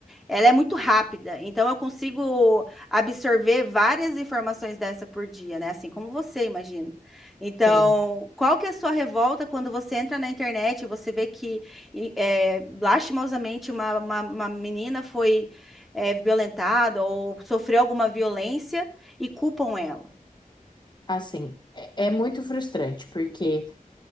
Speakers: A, in the centre; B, on the left.
A: ela é muito rápida. Então, eu consigo absorver várias informações dessa por dia, né? Assim como você, imagino. Então,
B: Tem.
A: qual que é a sua revolta quando você entra na internet e você vê que, e- é, lastimosamente, uma, uma, uma menina foi, é, violentada ou sofreu alguma violência e culpam ela?
B: Assim, é, é muito frustrante, porque